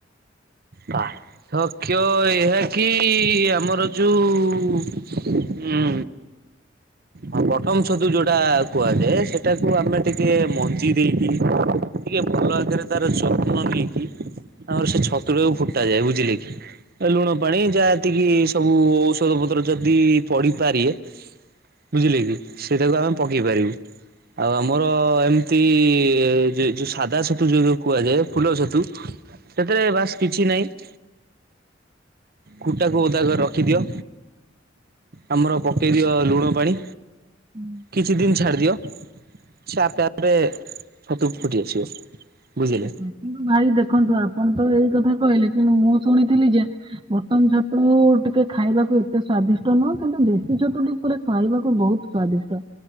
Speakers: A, on the right; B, on the right.
A: ପାର୍ଥକ୍ୟ ଏହା କି ଆମର ଯୋଉ ହୁଁ। ହଁ ବଟମ ଛତୁ ଯୋଉଟା କୁହାଯାଏ ସେଟାକୁ ଆମେ ଟିକେ ମଞ୍ଜି ଦେଇକି ଟିକେ ଭଲ ଆକାରେ ତାର ଯତ୍ନ ନେଇକି ତାପରେ ସେ ଛତୁ ଟାକୁ ଫୁଟା ଯାଏ ବୁଝିଲେ କି? ଲୁଣ ପାଣି ଯାହା ଏତିକି ସବୁ ଔଷଧ ପତ୍ର ଯଦି ପଡିପାରେଏ ବୁଝିଲେ କି ସେଇଟାକୁ ଆମେ ପକେଇ ପାରିବୁ ଆଉ ଆମର ଏମିତି ଏ ଯେ ଯୋଉ ସାଧା ଛତୁ ଯୋଉ ଯୋଉ କୁହାଯାଏ ଫୁଲ ଛତୁ ସେଥିରେ ବାସ୍ କିଛି ନାଇଁ। କୁଟାକୁ ଓଦା କରି ରଖିଦିଅ। ଆମର ପକେଇ ଦିଅ ଲୁଣ ପାଣି।
B: ହୁଁ।
A: କିଛି ଦିନ ଛାଡ଼ିଦିଅ ସେ ଆପେ ଆପେ ଛତୁ ଫୁଟି ଆସିବ। ବୁଝିଲେ
B: କିନ୍ତୁ ଭାଇ ଦେଖନ୍ତୁ ଆପଣ ତ ଏଇ କଥା କହିଲେ କିନ୍ତୁ ମୁଁ ଶୁଣିଥିଲି ଯେ ବତମ ଛତୁ ଟିକେ ଖାଇବାକୁ ଏତେ ସ୍ଵାଦିଷ୍ଟ ନୁହଁ କିନ୍ତୁ ଦେଶୀ ଛତୁ ଟି ପୁରା ଖାଇବାକୁ ବହୁତ ସ୍ଵାଦିଷ୍ଟ।